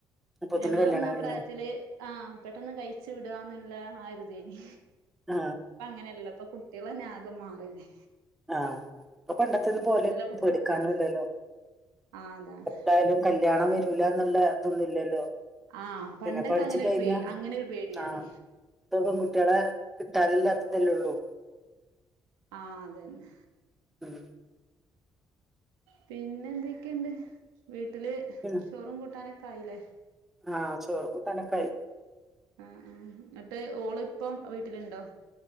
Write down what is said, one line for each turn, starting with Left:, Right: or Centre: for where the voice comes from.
Centre: അപ്പൊത്തിന്
Right: ഞങ്ങള്
Centre: കല്യാണം
Right: വന്ന ആ
Centre: കഴിഞ്ഞു
Right: പ്രായത്തില് ആഹ് പെട്ടന്നു കഴിച്ചു വിടുകാന്നല്ലേ ആരുതെനി
Centre: ആ
Right: അങ്ങനല്ലപ്പ കുട്ടികളന്നെ ആകെ മാറീല്ലേ
Centre: ആഹ് ഇപ്പൊ പണ്ടത്തെന്നും പോലെ
Right: കുട്ടികളൊക്കെ
Centre: എടുക്കാനുംല്ലല്ലോ
Right: ആ അതാണ്
Centre: എപ്പളായാലും കല്യാണം വരു മില്ലാന്നുള്ള ഇതൊന്നുവില്ലല്ലോ
Right: ആഹ് പണ്ടൊക്കെ
Centre: പിന്നെ പഠിച്ചു
Right: അങ്ങനെ
Centre: കഴിഞ്ഞാ
Right: ഒരു പേ അങ്ങനെ ഒരു പേടിയാണ്
Centre: ആഹ് ഇപ്പൊ പെൺകുട്ടികളെ കിട്ടാതില്ലാത്തതല്ലേള്ളൂ
Right: ആഹ് അതന്നെ
Centre: ഉം
Right: പിന്നെ എന്തൊക്കെയുണ്ട് വീ ട്ടില്
Centre: പിന്നെ
Right: ചോറും കൂട്ടാനൊക്കെ കായില്ലേ
Centre: ആഹ് ചോറും കൂട്ടാനുക്കെആയി
Right: മ്ഹ് മ്ഹ് എന്നിട്ട് ഓള് ഇപ്പം വീട്ടിലുണ്ടോ